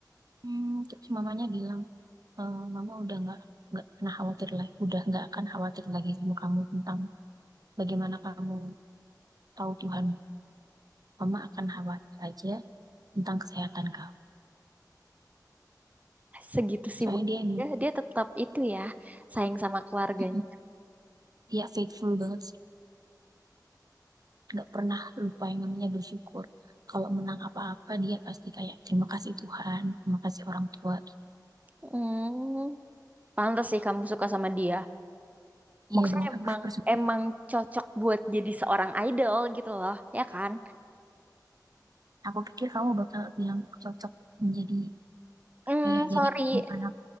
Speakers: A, on the right (about 60°); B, on the right (about 20°).
A: hmm, terus mamanya bilang e, mama udah nggak nggak pernah khawatir lagi udah nggak akan khawatir lagi sama kamu tentang bagaimana kamu tahu Tuhan mama akan khawatir aja tentang kesehatan kamu
B: segitu sibuk
A: soalnya dia emang
B: dia, dia tetap itu ya sayang sama keluarganya.
A: <laughs> dia faithful banget sih nggak pernah lupa yang namanya bersyukur kalau menang apa-apa dia pasti kayak terima kasih Tuhan terima kasih orang tua
B: Hmm, pantas sih kamu suka sama dia. Maksudnya
A: iya dong aduh
B: emang
A: bersyukur
B: emang cocok buat jadi seorang idol gitu loh, ya kan?
A: aku pikir kamu bakal bilang cocok menjadi
B: Hmm,
A: ayah
B: sorry,
A: dari anak